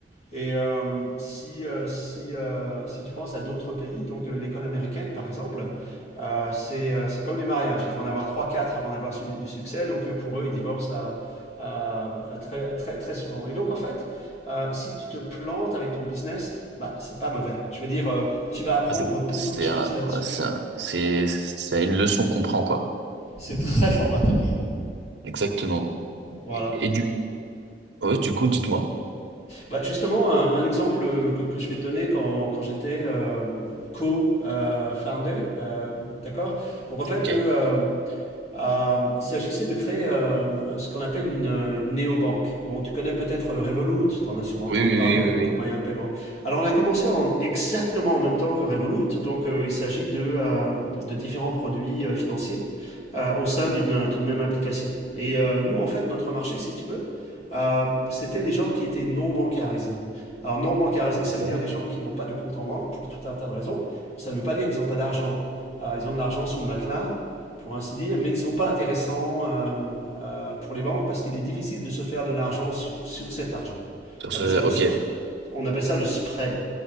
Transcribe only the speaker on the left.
Et euh, si, euh, si, euh, si tu penses à d'autres pays, donc euh, l'école américaine par exemple, euh, c'est euh, c'est comme les mariages, il faut en avoir trois quatre avant d'avoir su- du succès, donc euh, pour eux ils divorcent à- à- à très, très, très souvent. Et donc en fait, euh, si tu te plantes avec ton business, bah, c'est pas mauvais. Je veux dire, euh, tu vas apprendre
beaucoup
de choses
là-dessus.
C'est très formateur.
Voilà.
Bah, justement, un, un exemple euh, que, que je vais te donner quand, quand j'étais euh, co-founder, euh, d'accord? Donc en fait,
eux, euh, euh, il s'agissait de créer euh, ce qu'on appelle une, euh, une néobanque. Bon, tu connais peut-être euh, Revolut, tu en as sûrement entendu
parler
comme moyen de paiement. Alors, on a commencé en, exactement en même temps que Revolut, donc euh, il s'agit de, euh, de différents produits euh, financiers euh, au sein d'une d'une même application. Et euh, nous, en fait, notre marché, si tu veux, euh, c'était les gens qui étaient non bancarisés. Alors, non bancarisés, ça veut
dire
les gens qui n'ont pas de compte en banque pour tout un tas de raisons. Ça ne veut pas dire qu'ils n'ont pas d'argent. Euh, ils ont de l'argent sous le matelas, pour ainsi dire, mais ils ne sont pas intéressants euh, euh, pour les banques parce qu'il est difficile de se faire de l'argent sur, sur cet argent.
On
appelle ça le,
spr- on appelle ça le spread.